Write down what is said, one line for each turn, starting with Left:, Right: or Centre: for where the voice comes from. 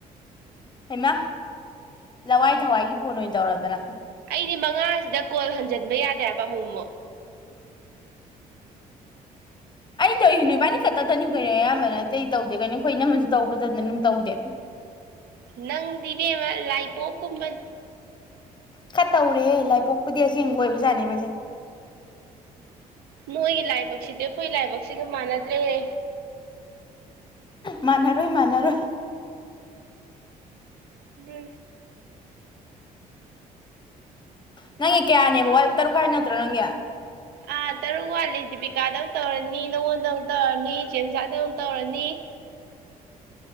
Left: ꯍꯦꯃꯥ ꯂꯋꯥꯏ ꯊꯋꯥꯏꯒꯤ ꯄꯣꯟ ꯑꯣꯏꯅ ꯇꯧꯔꯗꯅ
Right: ꯃꯤꯅꯤꯠ ꯃꯉꯥꯁꯤꯗ ꯀꯣꯜ ꯍꯟꯖꯤꯟꯕ ꯌꯥꯗꯦꯕ ꯑꯃꯨꯛꯃꯨꯛ
Left: ꯑꯩ ꯇꯧꯁꯤ ꯅꯣꯏ ꯏꯕꯥꯅꯤ ꯈꯛꯇꯗꯅꯤ ꯀꯩꯅꯣ ꯑꯌꯥꯝꯕ ꯅꯠꯇꯦ ꯇꯧꯗꯦ ꯀꯩꯅ ꯑꯩꯈꯣꯏ ꯏꯅꯝꯃꯟꯁꯨ ꯇꯧꯕꯗꯅ ꯑꯗꯨꯝ ꯇꯧꯗꯦ
Right: ꯅꯪꯗꯤꯕꯦꯝꯃ ꯂꯥꯏꯄꯣꯛꯀꯨꯝꯕꯟ
Left: ꯈ ꯇꯧꯔꯦ ꯂꯥꯏꯄꯣꯛꯄꯨꯗꯤ ꯑꯦꯡꯕꯣꯏꯕꯖꯥꯠꯅꯤ ꯃꯁꯦ
Right: ꯅꯣꯏꯒꯤ ꯂꯥꯏꯕꯛꯁꯤꯗꯤ ꯑꯩꯈꯣꯏ ꯂꯥꯏꯕꯛꯁꯤꯒ ꯃꯥꯟꯅꯗ꯭ꯔꯦꯍꯦ
Left: ꯃꯅꯔꯣꯏ ꯃꯅꯔꯣꯏ
Right: ꯑꯗꯨꯦꯟ
Left: ꯅꯪꯒꯤ ꯀꯌꯥꯅꯦꯕ ꯇꯔꯨꯛ ꯀꯥꯏ ꯅꯠꯇ꯭ꯔꯣ ꯅꯪꯒꯤ
Right: ꯑꯥ ꯇꯔꯨꯛ ꯋꯥꯠꯂꯤ ꯗꯤꯄꯤꯀꯥꯗ ꯑꯃꯨꯛ ꯇꯧꯔꯅꯤ ꯅꯪꯉꯣꯟꯗ ꯑꯃꯨꯛ ꯇꯧꯔꯅꯤ ꯆꯦꯟꯖꯥꯗ ꯑꯃꯨꯛ ꯇꯧꯔꯅꯤ